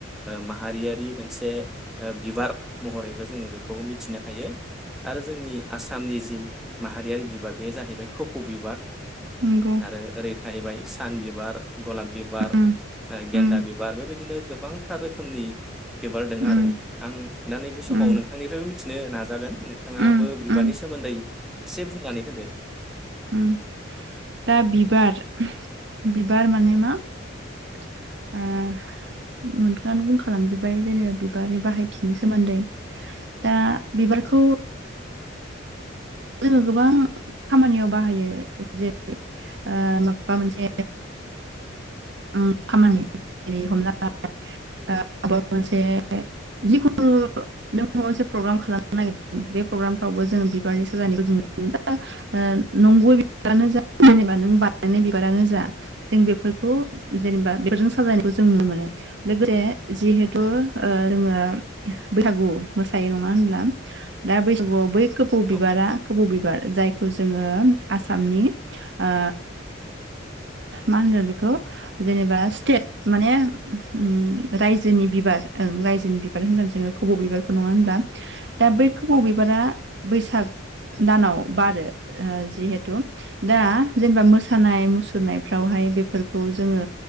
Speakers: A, in the centre; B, on the right (about 60°).
A: माहारियारि मोनसे बिबार महरैबो जोङो बेखौ मिथिनो हायो आरो जोंनि आसामनि जि माहारियारि बिबार बेयो जाहैबाय खफौ बिबार
B: नंगौ
A: आरो ओरै जाहैबाय सान बिबार। गलाब बिबार
B: उम
A: गेन्दा
B: उम
A: बिबार बेबायदिनो गोबांथार रोखोमनि बिबारदों
B: उम
A: आरो आं दा नैबे समाव
B: उम
A: नोंथांनिफ्रायबो मिथिनो नाजागोन नोंथाङाबो
B: उम
A: बिबारनि
B: उम
A: सोमोन्दै एसे बुंनानै होदो।
B: ओ दा बिबार बिबार माने मा ओ नोंथाङानो बुंखालांजोब्बाय जेनेबा बिबारनि बाहायथिनि सोमोन्दै दा बिबारखौ
A: <inaudible>
B: जोङो गोबां खामानियाव बाहायो जेरै आ माबा मोनसे आं खामानि हमना लाबाय माबा मोनसे जिखुनु नों माबा मोनसे प्रग्राम खालामनो नागिरदों बे प्रग्रामफ्रावबो जोङो बिबारनि जानायखौ जों नुनो
A: औ
B: मोनो नंगौ बिबानो जा जेनेबा नों बानायनाय बिबारानो जा जों बेफोरखौ जेनेबा बिबारजों साजायनायखौ जों नुनो मोनो। लोगोसे जिहेथु जोङो बैसागु मोसायो नङा होनब्ला। दा बैसागुयाव बै कोफौ बिबा
A: औ
B: खबौ बिबार जायखौ जोङो आसामनि आ मा होनगोन बेखौ जेनेबा स्टेट माने उम रायजोनि बिबार उम रायजोनि बिबार होनगोन जोङो खब' बिबारखौ नङा होनब्ला दा बै खबौ
A: औ
B: बिबारा बैसाग दानाव बारो जिहेथु दा जेनेबा मोसानाय मुसर फोननायफ्रावहाय बेफोरखौ जोङो